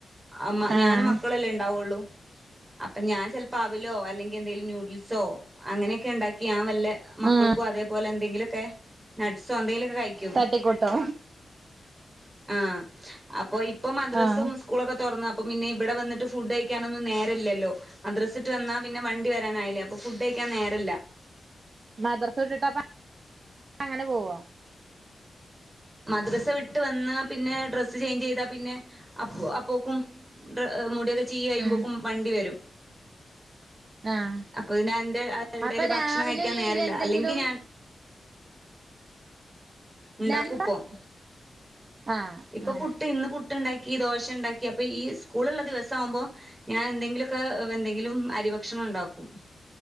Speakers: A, on the right (about 20°); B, on the right (about 40°).
A: അമ്മ ഞാനും
B: ആഹ്
A: മക്കളുവല്ലേ ഉണ്ടാവുള്ളു അപ്പൊ ഞാൻ ചെലപ്പോ അവിലോ അല്ലെങ്കിൽ എന്തെലും നൂഡിൽസോ അങ്ങനെയൊക്കെ ഉണ്ടാക്കി ഞാൻ വല്ല മക്കൾക്കും
B: ഉം
A: അതേപോലെ എന്തെങ്കിലുമൊക്കെ നട്ട്സോ എന്തെങ്കിലുമൊക്കെ കഴിക്കും
B: തട്ടിക്കൂട്ടോ
A: ആ അപ്പൊ ഇ ഇപ്പ മദ്രസ്സും
B: ആഹ്
A: ഉസ്കൂളൊക്കെ തൊറന്നാപ്പ് അപ്പൊ പിന്നെ ഇവിടെ വന്നിട്ട് ഫുഡ് കഴിക്കാനൊന്നും നേരല്ലല്ലോ മദ്രസ്സട്ട് വന്നാ പിന്നെ വണ്ടി വരാനായില്ലേ അപ്പൊ ഫുഡ് കഴിക്കാൻ നേരല്ലാ
B: മദ്രസ വിട്ടിട്ട് അപ്പ അങ്ങനെ പോവോ?
A: മദ്രസ്സാ വിട്ട് വന്നാ പിന്നെ ഡ്രസ്സ് ചേഞ്ച് ചെയ്താ പിന്നെ അ അപ്പ് അപ്പക്കും മുടിയൊക്കെ ചീകി കഴിയുമ്പത്തേക്കും
B: ഉം
A: വണ്ടി വരും.
B: ആഹ്
A: അപ്പൊ ഇതി ഇതിൻ്റെടെല്
B: അപ്പൊ
A: ഭക്ഷണം
B: രാവിലെ
A: കഴിക്കാൻ
B: ഈ
A: നേരല്ലാ
B: എന്തെങ്കിലും
A: അല്ലെങ്കി ഞാൻ ഉണ്ടാക്കൂ
B: രാവിലെ
A: ഇപ്പം
B: ആഹ്
A: ഇപ്പൊ
B: അങ്ങനെ
A: കുട്ടി ഇന്ന് കു പുട്ട് ഉണ്ടാക്കി ദോശ ഉണ്ടാക്കി അപ്പൊ ഈ സ്കൂളൊള്ള ദിവസം ആവുമ്പോ ഞാൻ എന്തെങ്കിലുമൊക്കെ എന്തെങ്കിലും അരിഭക്ഷണം ഉണ്ടാക്കും